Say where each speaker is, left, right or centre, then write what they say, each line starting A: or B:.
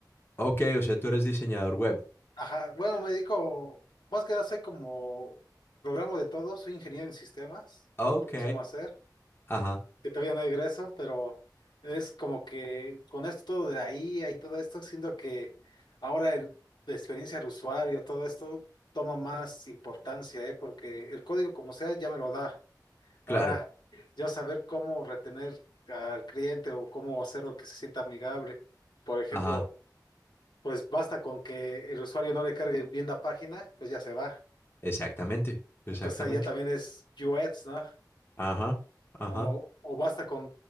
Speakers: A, on the left; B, on the left.
A: ok, o sea, tú eres diseñador web.
B: Ajá, bueno, me dedico, más que nada soy como programa de todo, soy ingeniero en sistemas,
A: Ok,
B: o próximo a ser,
A: ajá,
B: que todavía no egreso, pero es como que con esto todo de la IA y todo esto, siento que ahora el, la experiencia del usuario, todo esto toma más importancia, ¿eh? Porque el código como sea ya me lo da. Ahora,
A: claro,
B: ya saber cómo retener al cliente o cómo hacerlo que se sienta amigable. Por ejemplo,
A: ajá,
B: pues basta con que el usuario no le cargue bien la página, pues ya se va.
A: exactamente, exactamente,
B: Entonces ahí ya también es UX, ¿no?
A: ajá, ajá.
B: O, o basta con